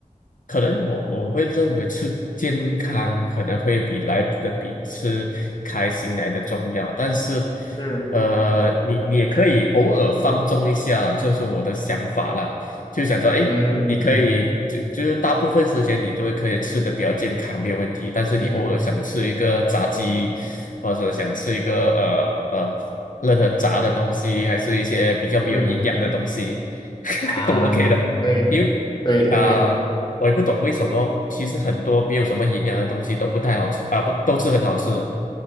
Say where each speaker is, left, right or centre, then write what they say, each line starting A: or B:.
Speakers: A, on the left; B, on the left.
A: 可能我我会认为吃健康可能会比来的比吃开心来的重要，但是
B: 嗯
A: 呃，你你也可以偶尔放纵一下啦，这是我的想法啦，就想说，哎，
B: 嗯嗯
A: 你可以就就是大部分时间你都会可以吃的比较健康，没有问题，但是你偶尔想吃一个炸鸡，
B: 嗯
A: 或者想吃一个呃呃。任何炸的东西，还是一些比较没有营养的东西，
B: 嗯，
A: <laughs>
B: 啊，
A: 都 OK 的。
B: 对
A: 因为啊、
B: 对对对，
A: 我也不懂为什么，其实很多没有什么营养的东西都不太好吃啊，不都是很好吃的。